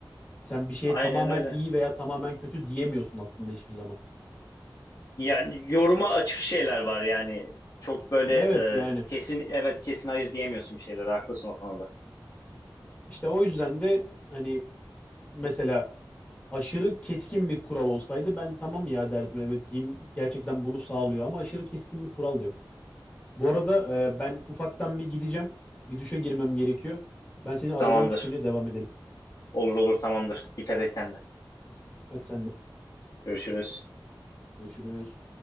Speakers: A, on the left; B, on the left.
A: Sen bir şeye
B: Aynen
A: tamamen
B: öyle.
A: iyi veya tamamen kötü diyemiyorsun aslında hiçbir zaman.
B: Yani yoruma açık şeyler var yani. Çok böyle
A: Evet yani
B: e, kesin evet kesin hayır diyemiyorsun bir şeyler. Haklısın o konuda.
A: işte o yüzden de hani mesela aşırı keskin bir kural olsaydı ben tamam ya derdim. Evet din gerçekten bunu sağlıyor ama aşırı keskin bir kural da yok. Bu arada e, ben ufaktan bir gideceğim. Bir duşa girmem gerekiyor. Ben seni arayacağım
B: Tamamdır.
A: çıkınca devam edelim.
B: Olur olur tamamdır. Dikkat et kendine.
A: Hadi sen de.
B: Görüşürüz.
A: Görüşürüz.